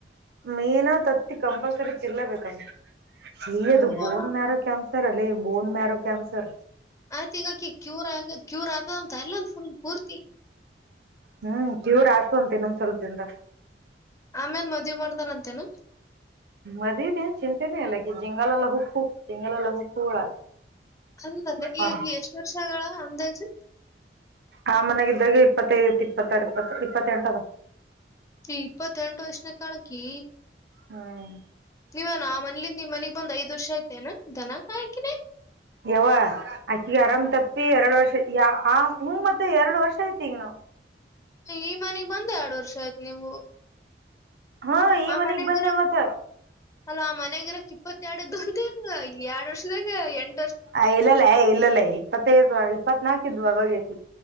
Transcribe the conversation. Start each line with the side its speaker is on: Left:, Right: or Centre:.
Right: ಮೇನ ತತ್ತಿ ಕಂಪಲ್ಸರಿ ತಿನ್ಲೇಬೇಕಂತ ಹ ಅದು
Left: ಅವ್ವ
Right: ಬೋನ್ ಮ್ಯಾರೋ ಕನ್ಸ ಸರ್ ಅಲ್ಲಿ ಬೋನ್ ಮ್ಯಾರೋ ಕ್ಯಾಂ ಸರ್
Left: ಆಯ್ತ ಈಗ ಆಕಿ ಕ್ಯೂರ್ ಆಗ ಕ್ಯೂರ್ ಆಗ್ತದ ಅಂತ ಎಲ್ಲ ಒಂದ್ ಫುಲ್ ಪೂರ್ತಿ
Right: ಹ್ಮ್ ಕ್ಯೂರ್ ಆತು ಅಂತೆ ಇನ್ನೊ್ ಸ್ವಲ್ಪದಿಂದ
Left: ಆಮೇಲ್ ಮದ್ುವೆ ಮಾಡ್ತಾರಂತೇನು
Right: ಮದ ನೀ ಚಿಂಂತೆೆ ನ ಇಲ್ಲ ಜಿಂಗಾಲ ಲ ಹು ಹೂ ಜಿಂಗಾಲ ಲ ಹು ಹುಳ
Left: ಅಲ್ಲಲ್ಲ
Right: ಹ
Left: ಈಗ ಎಷ್ಟ ವರ್ಷಗಳ ಅಂದಾಜು
Right: ಆ ಮನಾಗಿದ್ದಾಗ ಇಪ್ಪತ್ತೈದ ಇತ್ತು ಇಪ್ಪತ್ತಾರು ಇಪ್ಪತ್ತು ಇಪ್ಪತ್ತೆಂಟದ
Left: ಇಪ್ಪತ್ತೆಟ ವರ್ಷನ ಕಳಕ್ಕಿ
Right: ಹ್ಮ್
Left: ನೀವ ಆ ಮನಲಿಂದ ನಿ್ ಮನೆಗ್ ಬಂದ್ ಐದ್ ವರ್ಷ ಐತೆ ನಾ ದನ ಹಾಕಿನಿ
Right: ಯವ್ವ ಅಕಿಗೆ ಆರಾಮ್ ಎರಡ್ ವರ್ಷ ಯ ಆ ಹ್ಮ ಮತ್ತ ಎರಡ್ ವರ್ಷ ಐತಿ ಈಗ ನಾವವು
Left: ಈ ಮನೆಗ್ ಬಂದ ಎರಡು ವರ್ಷ ಆಯ್ತ್ು ನೀವು
Right: ಹಾ ಈ
Left: ಆ
Right: ಮನಿಗ್
Left: ಮನ್ಗಿರ
Right: ಬಂದೆ ಮತ್ತ
Left: ಅಲ್ಲ ಆ ಮನ್ಗಿರಕ್ ಇಪ್ಪತ್ತ ಎರಡದ್ದುಂತ ಆ ಎರಡ್ ವರ್ಷದಾಗ ಎಂ
Right: ಆ ಇಲ್ಲಲ್ಲೇ ಇಲ್ಲಲ್ಲೇ ಇಪ್ಪತ್ತೈ ಇಪ್ಪತ್ನಾಾಕ ಇದ್ ಅವಾಗಕಿ